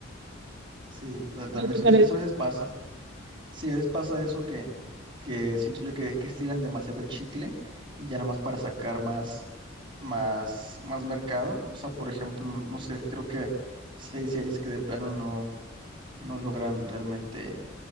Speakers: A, on the right; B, on the right.
A: Sí, la- también
B: ¿No te
A: eso,
B: parece?
A: eso a veces pasa. Sí, a veces pasa eso que, que siento yo que, que estiran demasiado el chicle y ya nada más para sacar más, más, más mercado. O sea, por ejemplo, no sé, creo que sí hay series que de plano no, no logran realmente,